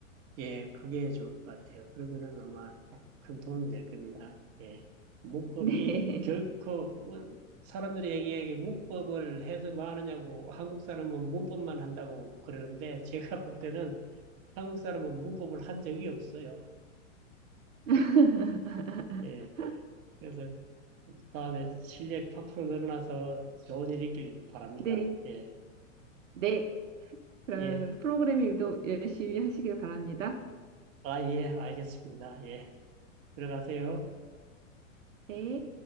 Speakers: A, on the right; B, on the right.
A: 예, 그게 좋을 것 같아요. 그러면은 아마 큰 도움이 될 겁니다. 예. 문법이
B: <laughs> 네.
A: 결코, 뭐, 사람들이 얘기하기에 문법을 해서 뭐 하느냐고, 한국 사람은 문법만 한다고 그러는데, 제가 볼 때는 한국 사람은 문법을 한 적이 없어요.
B: <laughs>
A: 예. 그래서 다음에 실력 팍팍 늘어나서 좋은 일 있길 바랍니다.
B: 네,
A: 예.
B: 네. 그러면
A: 예.
B: 프로그램 일도 열심히 하시길 바랍니다.
A: 아, 예. 알겠습니다. 예. 들어가세요.
B: 네.